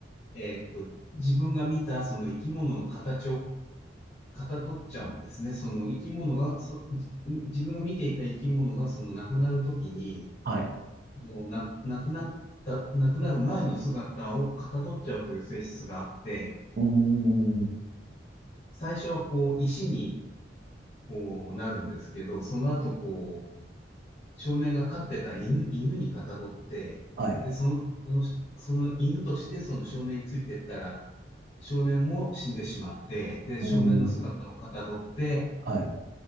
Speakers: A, on the left (about 35°); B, on the right (about 50°).
A: えーっと、自分が見た、その生き物の形をかたどっちゃうんですね。その生き物が、そ、自分が見ていた生き物がその亡くなるときに、
B: はい。
A: もうな、亡くなった、亡くなる前の姿をかたどっちゃうという性質があって、
B: うん。
A: 最初はこう石にこうなるんですけど、その後こう少年が飼ってた犬、犬にかたどって、
B: はい。
A: で、その、その、その犬としてその少年についてったら、少年も死んでしまって、で、
B: うん。
A: 少年の姿をかたどって、
B: はい。